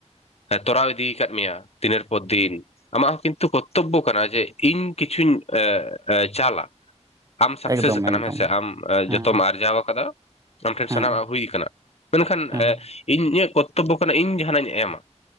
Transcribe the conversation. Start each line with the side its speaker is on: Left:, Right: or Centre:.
Left: ᱛᱚᱨᱟᱣ ᱤᱫᱤᱭ ᱠᱟᱜ ᱢᱮᱭᱟ᱾ ᱫᱤᱱᱮᱨ ᱯᱚᱨ ᱫᱤᱱ᱾ ᱟᱢᱟᱜ ᱦᱚᱸ ᱠᱤᱱᱛᱩ ᱠᱚᱛᱛᱚᱵᱵᱚ ᱠᱟᱱᱟ ᱡᱮ ᱤᱧ ᱠᱤᱪᱷᱩᱧ ᱮᱸ ᱮᱸ ᱪᱟᱞᱟ ᱾ ᱟᱢ ᱥᱟᱠᱥᱮᱥ
Right: ᱮᱠᱫᱚᱢ
Left: ᱟᱠᱟᱱᱟᱢ
Right: ᱮᱠᱫᱚᱢ
Left: ᱦᱮᱸᱥᱮ ᱟᱢ
Right: ᱦᱮᱸ
Left: ᱡᱚᱛᱚᱢ ᱟᱨᱡᱟᱣ ᱟᱠᱟᱫᱟ ᱟᱢ ᱴᱷᱮᱱ
Right: ᱦᱮᱸ
Left: ᱥᱟᱱᱟᱢᱟᱜ ᱦᱩᱭ ᱠᱟᱱᱟ ᱢᱮᱱᱠᱷᱟᱱ
Right: ᱦᱮᱸ
Left: ᱤᱧ ᱤᱧᱟᱹᱜ ᱠᱚᱛᱛᱚᱵᱵᱚ ᱠᱟᱱᱟ ᱤᱧ ᱡᱟᱦᱟᱸᱱᱟᱜ ᱤᱧ ᱮᱢᱟ